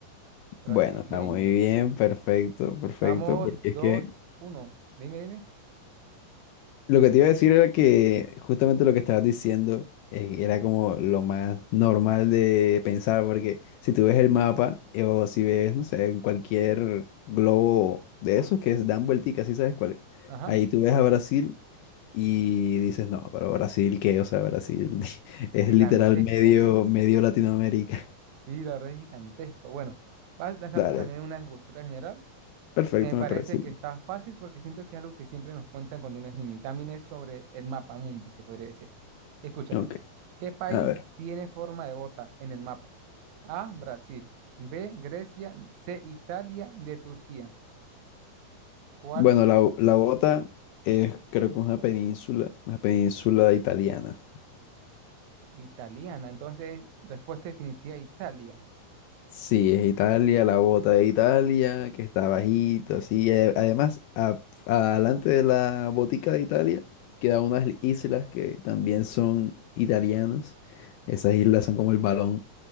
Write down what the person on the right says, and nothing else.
brasileño.
Vamos,
dos,
uno. Dime, dime.
Ajá.
Gigantesco.
Sí, la verdad es gigantesco. Bueno, vas a lanzarte
también una escultura general.
Me parece
que está fácil porque siento que es algo que siempre nos cuentan cuando uno es niño. Y también es sobre el mapa mundi, se podría decir. Escúchala.
¿Qué país
tiene forma de bota en el mapa? A, Brasil. B, Grecia. C, Italia. D, Turquía. ¿Cuál?
Italiana. Entonces, respuesta definitiva, Italia.